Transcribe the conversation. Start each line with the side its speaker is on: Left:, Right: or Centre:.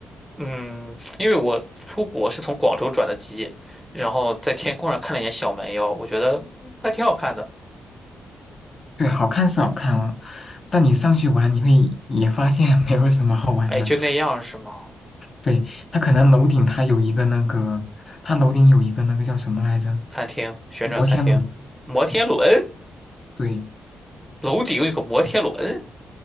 Centre: 嗯，因为我出国是从广州转的机，然后在天空上看了一眼小蛮腰，我觉得嗯还挺好看的。
Left: <laughs> 对，好看是好看啊，但你上去玩，你会也发现没有什么好玩的。
Centre: 哎，就那样是吗？
Left: 对，它可能楼顶它有一个那个，它楼顶有一个那个叫什么来着？
Centre: 餐厅，旋转餐厅，
Left: 摩天轮。
Centre: 摩天轮，
Left: 对
Centre: 楼顶有个摩天轮，